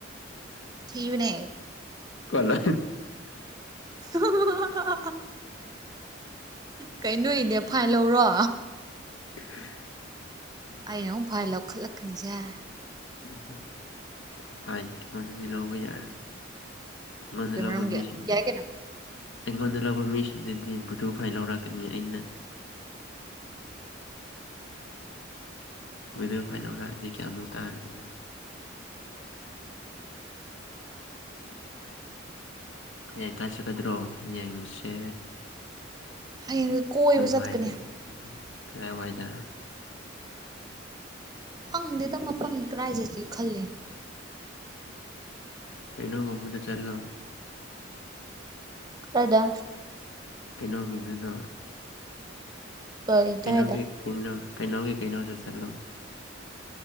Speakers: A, on the right; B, on the left.
A: ꯊꯤꯕꯅꯦ
B: ꯀꯂ
A: ꯍꯍꯥꯍꯥꯍꯍꯥꯍꯥ ꯀꯩꯅꯣ ꯏꯅꯦ ꯐꯥꯏ ꯂꯧꯔꯣ
B: ꯑꯍ
A: ꯑꯩꯅ ꯑꯃꯨꯛ ꯐꯚꯥꯏꯔ ꯂꯧꯈꯠꯂꯛꯀꯅꯤꯁꯦ
B: ꯎꯝ ꯎꯝ ꯑꯁ ꯐꯥꯏ ꯑꯩꯉꯣꯟꯗꯗꯤ ꯂꯧꯕ ꯌꯥꯔꯣꯏ ꯑꯩꯃꯣꯟꯗ
A: ꯀꯩ
B: ꯂꯧꯕ
A: ꯃꯔꯝꯒꯤ
B: ꯃꯤꯁꯤ
A: ꯌꯥꯏ ꯀꯩꯅꯣ
B: ꯑꯩꯉꯣꯟꯗ ꯂꯧꯕ ꯃꯤꯁꯤꯡꯗꯗꯤ ꯕꯨꯗꯨ ꯐꯥꯏ ꯂꯧꯔꯛꯀꯅꯤ ꯑꯩꯅ ꯋꯦꯗ ꯐꯥꯏꯜꯧꯔꯛꯑꯗꯤ ꯀꯌꯥꯃꯨꯛ ꯇꯥꯔꯅꯤ <inaudible> ꯍꯡꯀ ꯆ ꯀꯗ꯭ꯔꯣ ꯌꯦꯡꯁꯦ
A: ꯍꯌꯦꯡꯁꯦ ꯀꯣꯏꯕ
B: ꯅꯨꯡꯃꯥꯏꯖ
A: ꯆꯠꯀꯅꯤ
B: ꯀꯗꯥꯥꯏ ꯋꯥꯏꯗ
A: ꯈꯪꯗꯦꯗ ꯃꯐꯝ ꯀꯔꯥꯏꯖꯁꯤ ꯈꯂꯦ
B: ꯀꯩꯅꯣ ꯃꯨꯝꯗ ꯆꯠꯂꯣ
A: ꯀꯔꯥꯏꯗ
B: ꯀꯩꯅꯣ ꯚꯟꯅ
A: ꯀꯩ ꯑꯗꯥꯏꯗ
B: ꯀꯩꯅꯩꯅꯣꯒꯤ ꯀꯩꯅꯩꯅꯣ ꯀꯩꯅꯣꯒꯤ ꯀꯩꯅꯩꯅꯣꯗ ꯆꯂꯣ